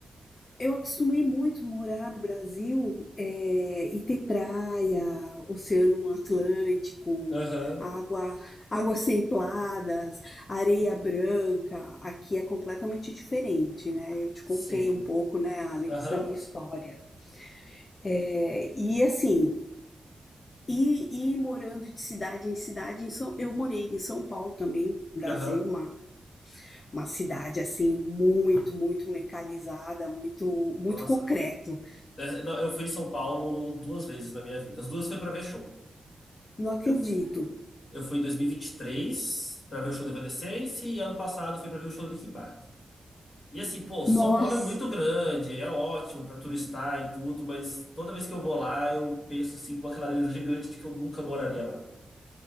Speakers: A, on the left; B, on the left.
A: eu acostumei muito morar no Brasil é, e ter praia, oceano Atlântico,
B: Aham,
A: água, águas templadas, areia branca. Aqui é completamente diferente, né? Eu te
B: sim.
A: contei um pouco, né, Alex,
B: Aham,
A: da minha história. É, e assim, e, e, morando de cidade em cidade, em São, eu morei em São Paulo também, Brasil,
B: aham.
A: uma, uma cidade assim muito, muito mecanizada, muito, muito
B: Nossa.
A: concreto.
B: É, não, eu fui em São Paulo duas vezes na minha vida. As duas foi pra ver show.
A: Não acredito.
B: Eu Eu fui em 2023 pra ver o show do Evanescence e ano passado fui pra ver o show do Linkin Park. E assim, pô, São
A: Nossa,
B: Paulo é muito grande, é ótimo pra turistar e tudo, mas toda vez que eu vou lá, eu penso assim com uma clareza gigante de que eu nunca moraria lá.